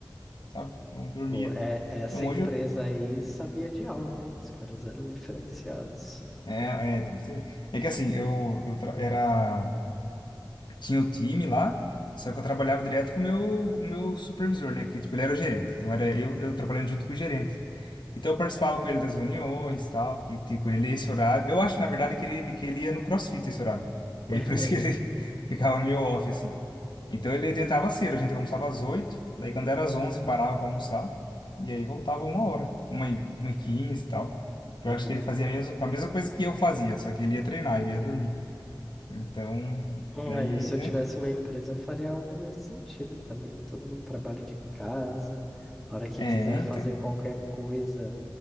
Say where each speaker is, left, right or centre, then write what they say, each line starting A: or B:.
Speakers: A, on the left; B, in the centre.
A: sabe? Então eu dormia.
B: Pô, é, essa
A: Então
B: empresa
A: hoje eu,
B: aí sabia de algo, hein? Os caras eram diferenciados.
A: é, é, então pra você ver. É que assim, eu, eu tra- era tinha o time lá, só que eu trabalhava direto com o meu, o meu supervisor, né, que tipo ele era o gerente. Então era eu, eu trabalhando junto com o gerente. Então eu participava com ele das reuniões e tal, e tipo, ele esse horário, eu acho na verdade que ele, que ele ia no CrossFit esse horário. E
B: <laughs>
A: aí <laughs> por isso que ele <laughs> ficava meio off assim. Então ele adiantava cedo, a gente almoçava às oito daí quando era às 11 parava pra almoçar, e aí voltava uma hora, uma e, uma e 15 e tal. Eu
B: Uhum.
A: acho que ele fazia a mesma, a mesma coisa que eu fazia, só que ele ia treinar, eu ia dormir. Então,
B: Ah,
A: daí,
B: eu, se eu
A: né?
B: tivesse uma empresa, eu faria algo nesse sentido também. ó. Todo mundo trabalha de casa, a hora que
A: É,
B: quiser
A: então.
B: fazer qualquer coisa.